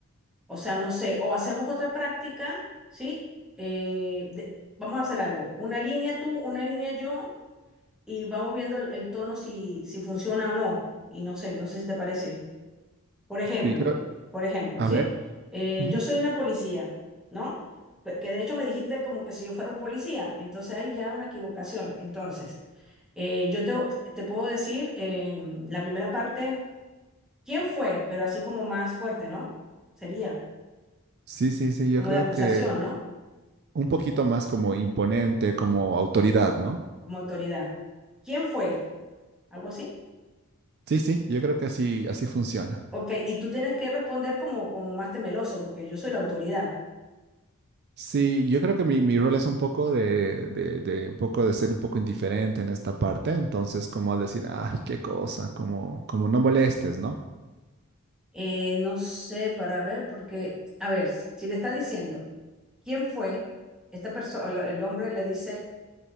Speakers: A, in the centre; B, on the right.
A: O sea, no sé, o hacemos otra práctica, ¿sí? Eh, de- vamos a hacer algo, una línea tú, una línea yo, y vamos viendo el, el tono si, si funciona o no. Y no sé, no sé si te parece. Por ejemplo,
B: Sí, creo,
A: por ejemplo,
B: a
A: ¿sí?
B: ver.
A: Eh,
B: ujú.
A: yo soy una policía, ¿no? Pe- Que de hecho me dijiste como que si yo fuera un policía, entonces hay ya una equivocación. Entonces, eh, yo te, te puedo decir en la primera parte, ¿quién fue? Pero así como más fuerte, ¿no? Sería
B: Sí, sí, sí, yo
A: como
B: creo
A: de acusación,
B: que
A: ¿no?
B: un poquito más como imponente, como autoridad, ¿no?
A: Como autoridad. ¿Quién fue? Algo así.
B: Sí, sí, yo creo que así, así funciona.
A: Ok, y tú tienes que responder como, como más temeroso, porque yo soy la autoridad.
B: Sí, yo creo que mi, mi rol es un poco de, de, de un poco de ser un poco indiferente en esta parte, entonces como al decir, ay, qué cosa, como, como no molestes, ¿no?
A: Eh, no sé, para ver, porque, a ver, si le está diciendo quién fue esta persona, el hombre le dice,